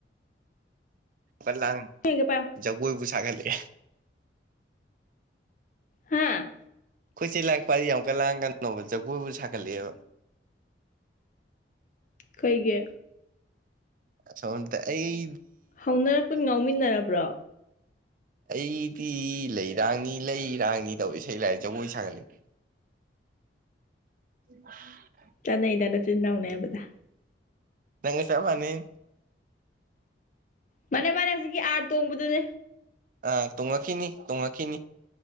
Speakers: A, on the right (about 45°); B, on the left (about 45°).
A: ꯄ ꯂꯥꯡ
B: ꯀꯩꯒ ꯄꯥꯏꯌꯨ
A: ꯖꯒꯣꯏꯕꯨ ꯁꯥꯒꯠꯂꯛꯑꯦ
B: ꯍꯥꯥ
A: ꯀꯣꯏ ꯆꯦ ꯂꯥꯏꯔꯤꯛ ꯄꯥꯔꯤ ꯌꯥꯝ ꯀꯥꯟ ꯂꯥꯡꯒꯅꯣꯕ ꯖꯒꯣꯏꯕꯨ ꯁꯥꯒꯠꯂꯛꯑꯦꯕ
B: ꯀꯩꯒꯤ
A: ꯑꯁꯣꯝꯗ ꯑꯩ
B: ꯍꯧꯅꯔ ꯄꯨꯟ ꯉꯥꯎꯃꯤꯟꯅꯔꯕ꯭ꯔꯣ
A: ꯑꯩꯗꯤ ꯂꯩꯔꯥꯡꯅꯤ ꯂꯩꯔꯥꯡꯅꯤ ꯇꯧ ꯏꯁꯩ ꯂꯥꯏ ꯖꯒꯣꯏ ꯁꯥꯒꯠꯂꯛꯑꯦ ꯍꯥ
B: ꯆꯥꯅꯩꯗ ꯅꯆꯤꯟ ꯅꯅꯥꯎ ꯃꯦꯕꯗ
A: ꯅꯪꯒ ꯆꯞ ꯃꯥꯅꯩ
B: ꯃꯥꯅꯦ ꯃꯥꯅꯦ ꯍꯧꯖꯤꯛꯀꯤ ꯑꯥꯔꯠ ꯇꯣꯡꯕꯗꯨꯅꯦ
A: ꯑ ꯇꯣꯡꯉꯈꯤꯅꯤ ꯇꯣꯡꯉꯈꯤꯅꯤ